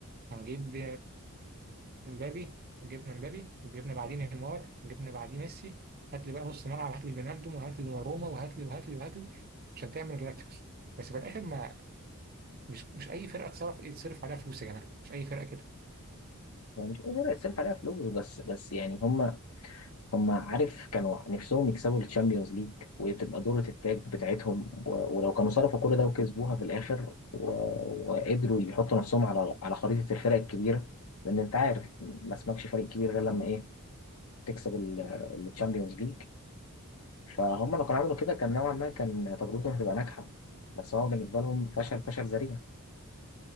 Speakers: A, on the right; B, on the left.
A: هنجيب مبابي جبنا مبابي جبنا بعدين نيمار جبنا بعدين ميسي هات لي بقى نص ملعب هات لي فينالدوم وهات لي دوناروما وهات لي وهات لي وهات لي عشان تعمل جلاكتيكوس بس في الاخر ما مش مش اي فرقه تصرف يتصرف عليها فلوس يا جماعه مش اي فرقه كده
B: هو مش قادر يصرف عليها فلوس بس بس يعني هم هم عارف كانوا نفسهم يكسبوا الشامبيونز ليج وتبقى دورة التاج بتاعتهم و- ولو كانوا صرفوا كل ده وكسبوها في الآخر و- وقدروا يحطوا نفسهم على على خريطة الفرق الكبيرة لأن أنت عارف ما اسمكش فريق كبير غير لما إيه تكسب الشامبيونز ليج فهم لو كانوا عملوا كده كان نوعا ما كان تجربتهم هتبقى ناجحه بس هو بالنسبه لهم فشل فشل ذريع